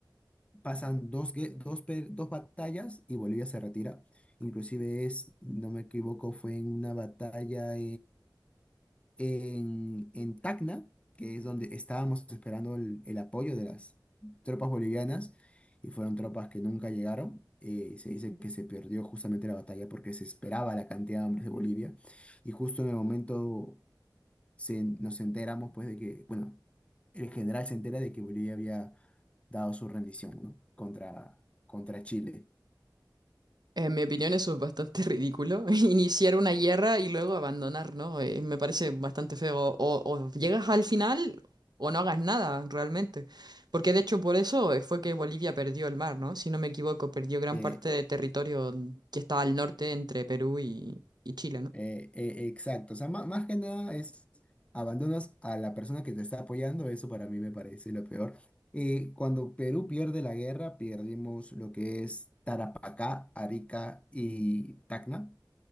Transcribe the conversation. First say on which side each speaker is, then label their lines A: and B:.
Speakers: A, on the left (about 15°); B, on the right (about 65°).
A: pasan dos, gue- dos, pe- dos batallas y Bolivia se retira. Inclusive es, no me equivoco, fue en una batalla en, en Tacna, que es donde estábamos esperando el, el apoyo de las tropas bolivianas, y fueron tropas que nunca llegaron. eh, se dice que se perdió justamente la batalla porque se esperaba la cantidad de hombres de Bolivia, y justo en el momento se- nos enteramos pues de que, bueno, el general se entera de que Bolivia había dado su rendición, ¿no? Contra, contra Chile.
B: En mi opinión eso es bastante ridículo, <laughs> iniciar una guerra y luego abandonar, ¿no? Eh, me parece bastante feo. O, o llegas al final o no hagas nada realmente. Porque de hecho por eso eh, fue que Bolivia perdió el mar, ¿no? Si no me equivoco, perdió gran
A: Eh,
B: parte de territorio que está al norte entre Perú y, y Chile, ¿no?
A: Eh, eh, exacto, o sea, má- más, que nada es abandonas a la persona que te está apoyando, eso para mí me parece lo peor. Eh, cuando Perú pierde la guerra, perdimos lo que es Tarapacá, Arica y Tacna.